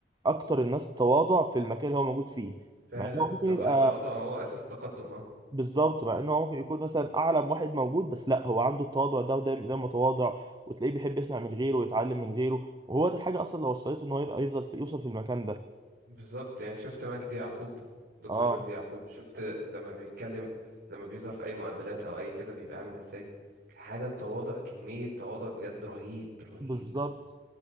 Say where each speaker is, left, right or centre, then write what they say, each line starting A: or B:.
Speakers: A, on the right; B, on the right.
A: اكتر الناس تواضع في المكان اللي هو موجود فيه
B: فعلا
A: مع انه ممكن
B: التق-
A: يبقى
B: التواضع هو اساس التقدم اه
A: بالظبط مع انه هو ممكن يكون مثلا اعلى واحد موجود بس لا هو عنده التواضع ده ودايما دايما متواضع وتلاقيه بيحب يسمع من غيره ويتعلم من غيره وهو ده الحاجه اصلا اللي وصلته ان هو يبقى يفضل في يوصل في المكان ده
B: بالظبط يعني شفت مجدي يعقوب دكتور
A: اه
B: مجدي يعقوب شفت لما بيتكلم لما بيظهر في اي مقابلات او اي كده بيبقى عامل ازاي حاجة تواضع كمية تواضع بجد رهيب رهيب
A: بالظبط